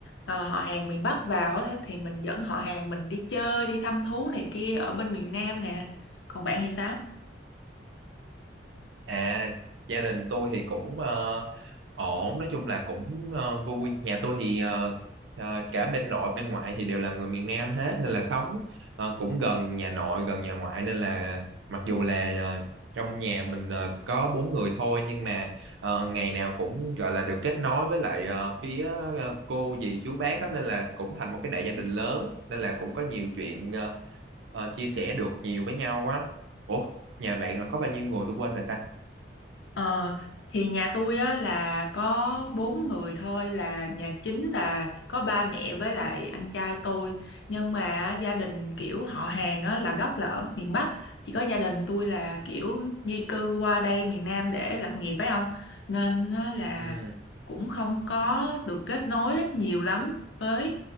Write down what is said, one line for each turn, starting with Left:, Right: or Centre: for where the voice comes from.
Left: ờ, họ hàng miền Bắc vào á thì mình dẫn họ hàng mình đi chơi, đi thăm thú này kia ở bên miền Nam nè, còn bạn thì sao?
Right: À, gia đình tôi thì cũng, ờ, ổn, nói chung là cũng, ơ, vui. Nhà tôi thì, ờ, ờ, cả bên nội bên ngoại thì đều là người miền Nam hết nên là sống, ờ, cũng gần nhà nội, gần nhà ngoại nên là mặc dù là, ờ, trong nhà mình, ờ, có 4 người thôi nhưng mà, ờ, ngày nào cũng, gọi là, được kết nối với lại, ờ, phía, ơ, cô dì chú bác á, nên là cũng thành một cái đại gia đình lớn, nên là cũng có nhiều chuyện, ờ, ờ, chia sẻ được nhiều với nhau á. Ủa, nhà bạn là có bao nhiêu người tôi quên rồi ta?
Left: Ờ, thì nhà tôi á là có 4 người thôi, là nhà chính là có ba mẹ với lại anh trai tôi, nhưng mà gia đình, kiểu, họ hàng á là gốc là ở miền Bắc, chỉ có gia đình tôi là, kiểu, di cư qua đây miền Nam để lập nghiệp ấy ông, nên á là
Right: Ừm,
Left: cũng không có được kết nối nhiều lắm với